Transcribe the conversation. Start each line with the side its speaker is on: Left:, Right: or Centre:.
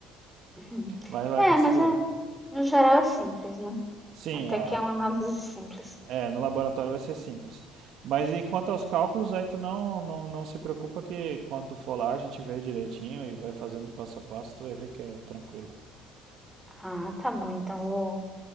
Centre: Uhum.
Right: vai, vai
Centre: É,
Right: conseguir.
Centre: mas é, no geral é simples, né?
Right: Sim,
Centre: Até
Right: a,
Centre: que é uma análise simples.
Right: é, no laboratório vai ser simples. Mas e quanto aos cálculos, aí tu não, não, não se preocupa que quando tu for lá a gente vê direitinho e vai fazendo passo a passo, tu vai ver que é tranquilo.
Centre: Ah, tá bom, então vou